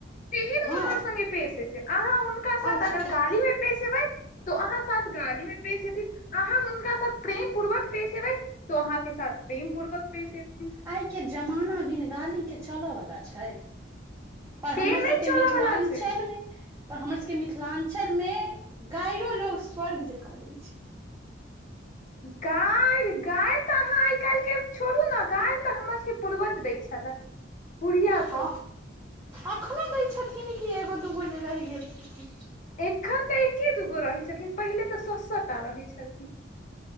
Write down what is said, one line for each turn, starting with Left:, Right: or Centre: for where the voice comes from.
Left: तेहन ओ
Right: हँ
Left: अहाँ संगे पेश हेतै। अहाँ हुनका साथ
Right: अच्छा
Left: अगर गालीमे पेश ऐबै तो अहाँ साथ गाली में पेश ऐथिन, अहाँ हुनका साथ प्रेम पूर्वक पेश एबै तो अहाँके साथ प्रेम पूर्वक पेश ऐथिन।
Right: आइके जमाना बिन गालीके चलऽवला छै। पर
Left: से
Right: हमर
Left: नहि
Right: सबके
Left: चलऽ
Right: मिथिलाञ्चल
Left: वाला छै
Right: मे पर हमर सबके मिथिलांचल मे गायरो लोग स्वर्ग जकाँ दै छै।
Left: गारि -गारि तऽ अहाँ आइ काल्हि के छोड़ू ने, गारि तऽ हमर सबके पूर्वज दै छले। <inaudible>
Right: हँ
Left: सब
Right: एखनो दै छथिन कि, एगो दूगो जे रहि गेल छथिन।
Left: एखन तऽ एके दूगो रहै छलखिन। पहिले तऽ सौ -सौ टा रहै छलखिन।